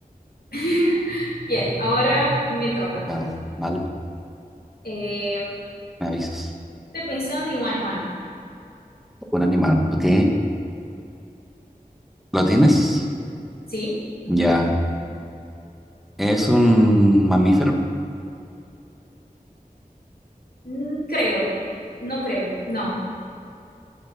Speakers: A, on the left; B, in the centre.
A: <laughs> Bien, ahora me toca.
B: Ya, vale,
A: Eh,
B: me avisas.
A: estoy pensando en un animal.
B: Un animal, ¿ok? ¿Lo tienes?
A: Sí. Ujú.
B: Ya. ¿Es un mamífero?
A: Mm, Creo, no creo, no.